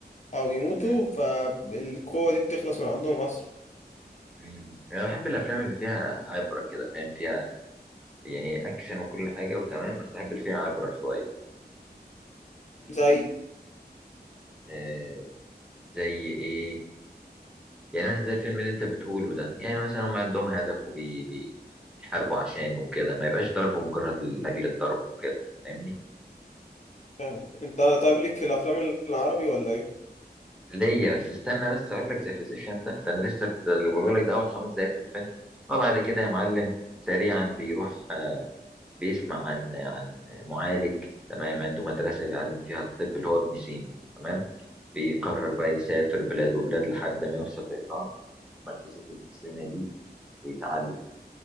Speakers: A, on the left; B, in the centre.
A: او يموتوا
B: مم.
A: فالقوة دي بتخلص من عندهم اصلا
B: مم. انا بحب الافلام اللي فيها عبره كده فاهم فيها يعني اكشن وكل حاجه وتمام بس بحب اللي فيها عبره شويه
A: زي
B: آه زي ايه يعني مثلا زي الفيلم اللي انت بتقوله ده يعني مثلا هم عندهم هدف وبي بي بيحاربوا عشانه وكده ما يبقاش ضرب مجرد لاجل الضرب وكده فاهمني
A: فاهمك انت طيب ليك في الافلام العربي ولا ايه
B: ليا بس استنى بس اقول لك ذا فيزيشن ده ده انا لسه في ده اللي بقوله لك ده اول خمس دقايق في الفيلم وبعد كده يا معلم سريعا بيروح آه، بيسمع عن عن معالج تمام عنده مدرسه بيعلم فيها الطب اللي هو ابن سينا تمام بيقرر بقى يسافر بلاد وبلاد لحد ما يوصل لايران في مدرسه ابن سينا دي ويتعلم